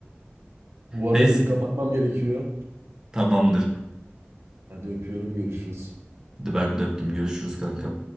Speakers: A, on the right; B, on the right.
A: Bu arada
B: Neyse
A: benim kapatmam gerekiyor.
B: tamamdır.
A: Hadi öpüyorum görüşürüz.
B: Hadi ben de öptüm. Görüşürüz kanka.